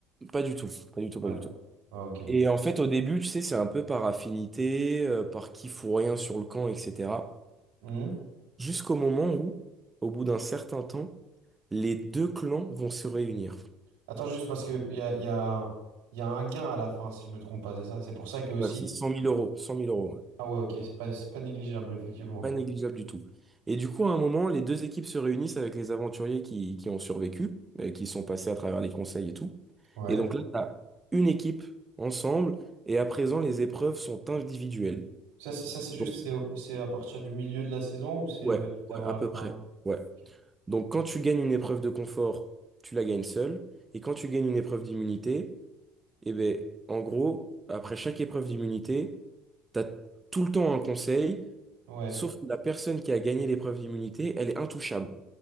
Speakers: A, on the right; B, on the right.
A: pas du tout, pas du tout,
B: Ouais.
A: pas du tout.
B: Ouais, OK.
A: Et en fait, au début, tu sais, c'est un peu par affinité, euh, par qui fout rien sur le camp, etc.
B: Mhm.
A: Jusqu'au moment où, au bout d'un certain temps, les deux clans vont se réunir.
B: Attends juste parce que il y a il y a il y a un gain à la fin si je me trompe pas, c'est ça? C'est pour ça que aussi
A: Ouais, c'est cent mille euros, cent mille euros, ouais.
B: Ah ouais, OK, c'est pas c'est pas négligeable effectivement.
A: Pas négligeable du tout. Et du coup, à un moment, les deux équipes se réunissent avec les aventuriers qui, qui ont survécu, euh, qui sont passés à travers les conseils et tout.
B: Ouais.
A: Et donc là, t'as une équipe ensemble, et à présent, les épreuves sont individuelles.
B: Ça c'est ça, c'est juste
A: Donc,
B: c'est au- c'est à partir du milieu de la saison ou c'est
A: ouais,
B: euh, juste
A: ouais,
B: avant
A: à
B: la
A: peu
B: fin?
A: près. Ouais.
B: Ok.
A: Donc quand tu gagnes une épreuve de confort, tu la gagnes seul. Et quand tu gagnes une épreuve d'immunité, eh ben, en gros, après chaque épreuve d'immunité, tu as tout le temps un conseil,
B: Ouais.
A: sauf que la personne qui a gagné l'épreuve d'immunité, elle est intouchable.